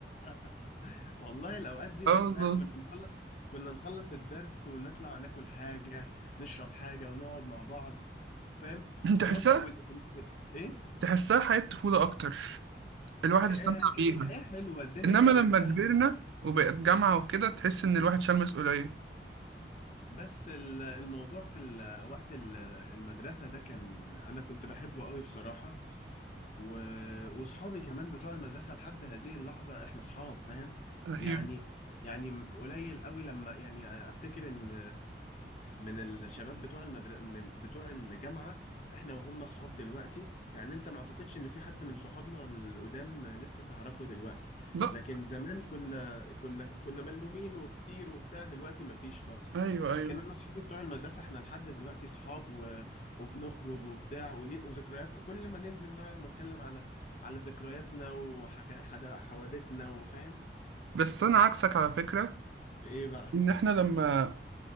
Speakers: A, on the left; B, on the right.
A: <laughs> والله الأوقات دي
B: اه
A: فاهم
B: الله
A: كنا نخلص كنا نخلص الدرس ونطلع ناكل حاجة نشرب حاجة ونقعد مع بعض فاهم
B: <laughs>
A: وناس
B: تحسها
A: ون... ون... ايه
B: تحسها حياة طفولة اكتر الواحد
A: آه
B: استمتع
A: آه، كانت
B: بيها
A: حياة حلوة الدنيا
B: انما
A: كانت
B: لما
A: سهلة
B: كبرنا وبقت جامعة وكده تحس ان الواحد شال مسؤولية
A: بس ال- الموضوع في ال- وقت ال- المدرسة ده كان أنا كنت بحبه قوي بصراحة و... وصحابي كمان بتوع المدرسة لحد هذه اللحظة احنا صحاب فاهم
B: ايوه
A: يعني يعني قليل قوي لما يعني افتكر ان من الشباب بتوع المدر... من بتوع الجامعة احنا وهم صحاب دلوقتي يعني انت ما اعتقدش ان في حد من صحابنا القدام لسه تعرفه دلوقتي
B: لا
A: لكن زمان كنا كنا كنا ملمومين وكتير وبتاع دلوقتي ما فيش خالص
B: ايوه ايوه
A: لكن انا اصحابي بتوع المدرسه احنا لحد دلوقتي صحاب و... وبنخرج وبتاع وليه وذكرياتنا كل ما ننزل نقعد نتكلم على على ذكرياتنا وحوادثنا وفاهم
B: بس انا عكسك على فكره
A: ايه بقى
B: ان احنا لما